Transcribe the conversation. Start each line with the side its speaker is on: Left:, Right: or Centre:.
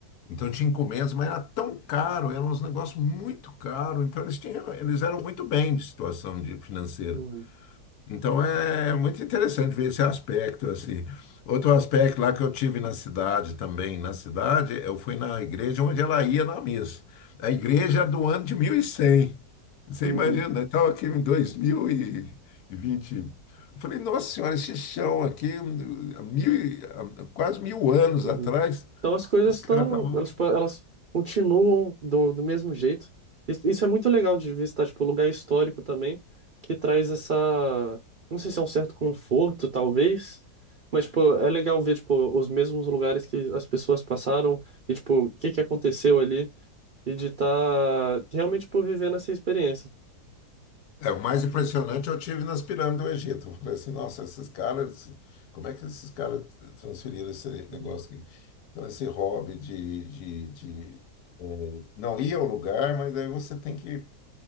Left: Então tinha encomendas, mas era tão caro, era uns negócios muito caro. Então eles tinham, eles eram muito bem de situação de, financeira.
Right: uhum,
Left: Então é muito interessante ver esse aspecto assim. Outro aspecto lá que eu tive na cidade também, na cidade, eu fui na igreja onde ela ia na missa. A igreja é do ano de mil e cem Você
Right: uhum,
Left: imagina, eu estava aqui em dois mil e vinte Eu falei, nossa senhora, esse chão aqui, hum, há mil, e- há quase mil anos
Right: uhum.
Left: atrás,
Right: Então as coisas
Left: os
Right: estão,
Left: caras estavam.
Right: elas, elas continuam do, do mesmo jeito. Isso isso é muito legal de visitar, tipo, lugar histórico também, que traz essa, não sei se é um certo conforto, talvez, mas, tipo, é legal ver, tipo, os mesmos lugares que as pessoas passaram e, tipo, o que que aconteceu ali e de estar realmente, tipo, vivendo essa experiência.
Left: É, o mais impressionante eu tive nas pirâmides do Egito. Eu falei assim, nossa, esses caras, como é que esses caras transferiram esse negócio
Right: Uhum,
Left: aqui? Então, esse hobby de, de, de, eh, não ir ao lugar, mas aí você tem que